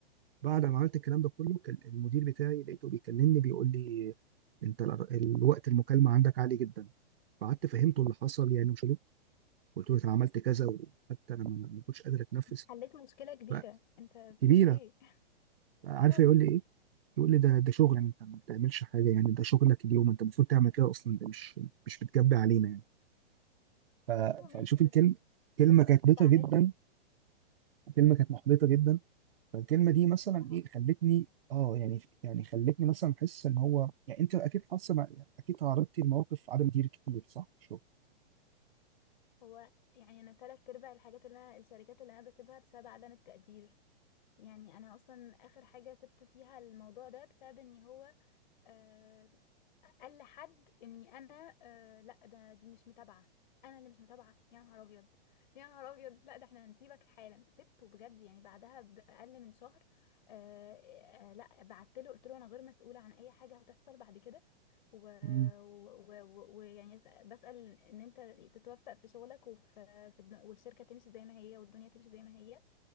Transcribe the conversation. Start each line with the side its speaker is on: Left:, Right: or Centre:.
Right: بعد ما عملت الكلام ده كله كان المدير بتاعي لقيته بيكلمني بيقول لي انت الر- الوقت المكالمه عندك عالي جدا فقعدت فهمته اللي حصل يعني وشلو قلت له انا عملت كذا وحتى انا ما ما كنتش قادر اتنفس
Left: حليت مشكلة كبيرة
Right: بقى
Left: انت بتقول
Right: كبيره
Left: ايه
Right: بقى عارف
Left: اه
Right: يقول لي ايه يقول لي ده ده شغل انت ما بتعملش حاجه يعني ده شغلك اليوم انت المفروض تعمل كده اصلا ده مش مش بتجبي علينا يعني ف-
Left: ايوه ماشي
Right: فنشوف
Left: بس
Right: الكلمة كلمة
Left: ده شغل
Right: كانت محبطة
Left: بعمله
Right: جدا كلمة كانت محبطة جدا فالكلمة دي مثلا
Left: بصراحه
Right: ايه خلتني اه يعني يعني خلتني مثلا احس ان هو يعني انت اكيد حاسه مع- اكيد تعرضتي لمواقف عدم دير كتير صح في الشغل
Left: هو يعني انا تلات ارباع الحاجات اللي انا الشركات اللي انا بسيبها بسبب عدم التقدير يعني انا اصلا اخر حاجه سبت فيها الموضوع ده بسبب ان هو آه، قال لحد اني انا آه لا ده دي مش متابعه انا اللي مش متابعه يا نهار ابيض يا نهار ابيض لا ده احنا هنسيبك حالا سبته بجد يعني بعدها باقل من شهر آه آه لا بعت له قلت له انا غير مسؤوله عن اي حاجه هتحصل بعد كده ويعني
Right: امم
Left: و... و... و... ويعني أس- بسأل ان انت تتوفق في شغلك وفي في الد- والشركه تمشي زي ما هي والدنيا تمشي زي ما هي